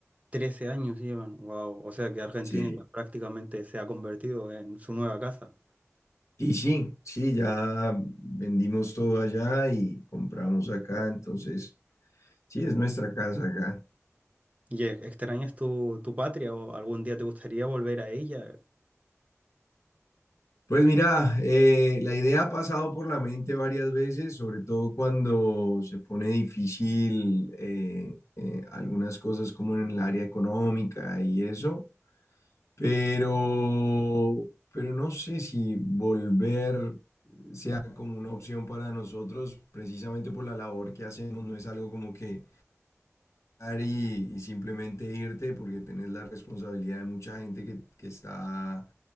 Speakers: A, on the right (about 30°); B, on the left (about 70°).
A: trece años llevan, wow, o sea que Argentina
B: Sí.
A: ya prácticamente se ha convertido en su nueva casa.
B: Y sí, sí, ya vendimos todo allá y compramos acá, entonces sí, es nuestra casa acá.
A: ¿Y ex- extrañas tu, tu patria o algún día te gustaría volver a ella?
B: Pues mira, eh, la idea ha pasado por la mente varias veces, sobre todo cuando se pone difícil eh, eh, algunas cosas como en el área económica y eso, pero, pero no sé si volver ya como una opción para nosotros, precisamente por la labor que hacemos, no es algo como que dar y, y simplemente irte porque tenés la responsabilidad de mucha gente que, que está